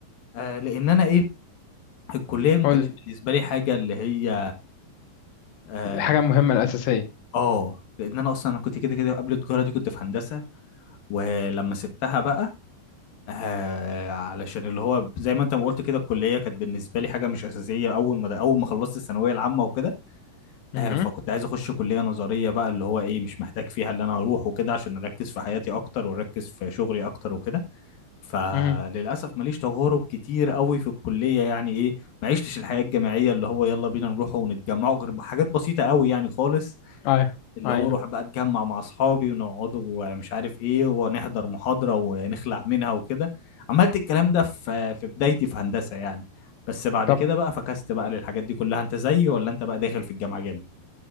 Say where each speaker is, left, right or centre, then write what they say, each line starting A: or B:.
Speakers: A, on the left (about 60°); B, on the left (about 80°).
A: آه لان انا ايه الكليه ما
B: قولي
A: كانتش بالنسبه لي حاجه اللي هي اه
B: الحاجة المهمة الأساسية
A: آه، لان انا اصلا كنت كده كده قبل التجاره دي كنت في هندسه ولما سبتها بقى آه علشان اللي هو زي ما انت ما قلت كده الكليه كانت بالنسبه لي حاجه مش اساسيه اول ما اول ما خلصت الثانويه العامه وكده
B: مهم،
A: آه فكنت عايز اخش كليه نظريه بقى اللي هو ايه مش محتاج فيها اللي انا اروح وكده عشان اركز في حياتي اكتر واركز في شغلي اكتر وكده فللاسف
B: مهم.
A: ماليش تجارب كتير قوي في الكليه يعني ايه ما عشتش الحياه الجامعيه اللي هو يلا بينا نروح ونتجمع غير حاجات بسيطه قوي يعني خالص
B: أيوه
A: اللي
B: أيوه
A: هو روح بقى اتجمع مع اصحابي ونقعد ومش عارف ايه ونحضر محاضره ونخلع منها وكده عملت الكلام ده في في بدايتي في هندسه يعني بس بعد
B: طب
A: كده بقى فكست بقى للحاجات دي كلها انت زيي ولا انت بقى داخل في الجامعه جامد